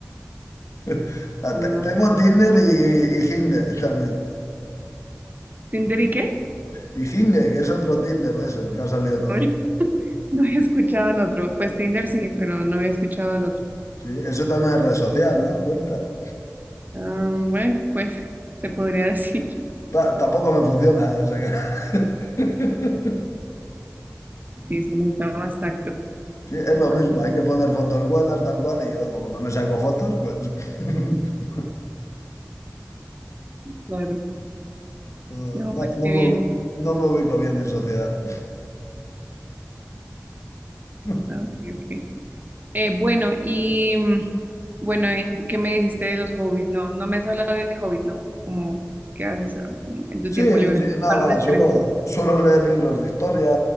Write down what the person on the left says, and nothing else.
<laughs> Ah,
te- Tengo Tinder y, y Hinge también.
Y Hinge, que es otro Tinder de esos que ha salido
nuevo.
Sí, eso también es red social, ¿no? Cuenta.
Va, tampoco me funciona, ¿eh? O sea que- <laughs>
Sí, es lo
mismo, hay que poner fotos buenas, tal cual, y yo como no me saco fotos, pues <laughs>
no,
no-
no
me,
no me ubico bien en sociedad. <laughs>
Sí,
sí, nada,
va,
suelo,
suelo leer libros de historia,